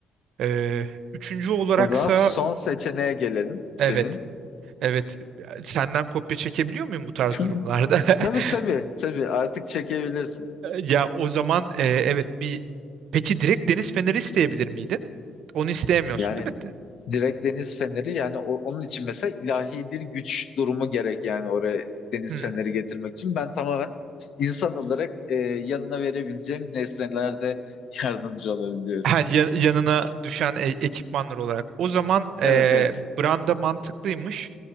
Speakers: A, on the right; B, on the left.
A: Ee, üçüncü olaraksa
B: O zaman son seçeneğe gelelim senin.
A: evet, evet. Senden kopya çekebiliyor muyum bu tarz
B: <laughs>
A: durumlarda?
B: Tabii
A: <laughs>
B: tabii tabii artık çekebilirsin.
A: Ya o zaman e, evet bir peki direkt deniz feneri isteyebilir miydin? Onu isteyemiyorsun
B: Yani
A: değil mi?
B: Direkt deniz feneri yani o- onun için mesela ilahi bir güç durumu gerek yani oraya deniz
A: Hmm.
B: feneri getirmek için. Ben tamamen insan olarak e, yanına verebileceğim nesnelerde yardımcı olabiliyorum.
A: Ha, ya- yanına düşen e- ekipmanlar olarak. O zaman e,
B: Evet evet.
A: branda mantıklıymış